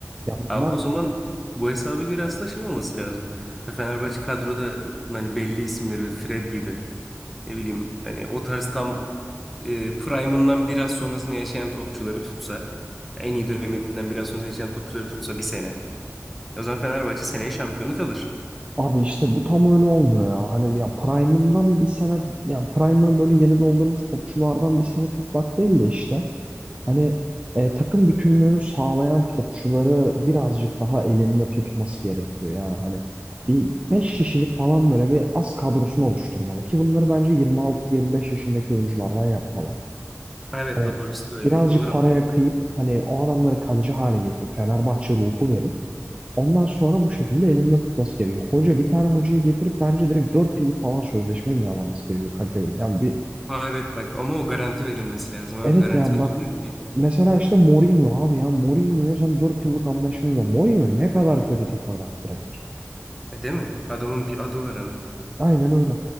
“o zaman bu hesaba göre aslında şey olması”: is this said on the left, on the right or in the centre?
Centre